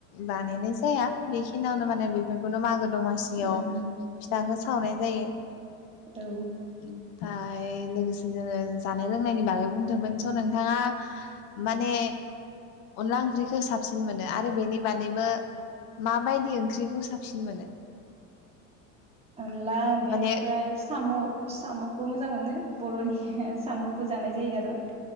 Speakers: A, on the left; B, on the right.
A: बानायनाय जाया बेखिनियावनो माने बेफोरखौ बेखौनो मागो दमासियाव
B: उम
A: फिथाखौ सावनाय जायो।
B: औ।
A: ओमफाय लोगोसे। जोङो जानाय लोंनायनि बागै बुंदोंमोन स' नोंथाङा माने। अनला ओंख्रिखौ साबसिन मोनो आरो बेनि बादैबो माबायदि ओंख्रिखौ साबसिन मोनो
B: अनला बेनिफ्राय
A: माने
B: साम' साम' खौबो मोजां मोनो बर'नि साम'बो जानाय जायो आरो।